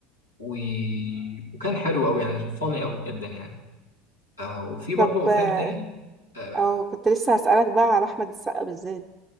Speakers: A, on the left (about 85°); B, on the right (about 20°).
A: و... وكان حلو قوي يعني فاني قوي جدا يعني آه وفي برضو
B: طب
A: افلام
B: آه،
A: تاني آه
B: أه كنت لسه هسألك بقى على أحمد السقا بالذات